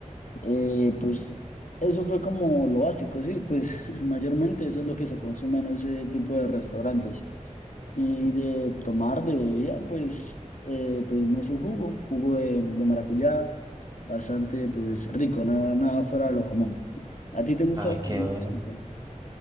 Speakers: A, on the left; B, on the right.
A: Eh, pues eso fue como lo básico, sí, pues <laughs> mayormente eso es lo que se consume en ese tipo de restaurantes. Y de tomar, de bebida, pues eh, pedimos un jugo, jugo de, de maracuyá, bastante pues rico, nada, nada fuera de lo común. ¿A ti te gusta
B: Ah,
A: la comida
B: qué bueno.
A: asiática?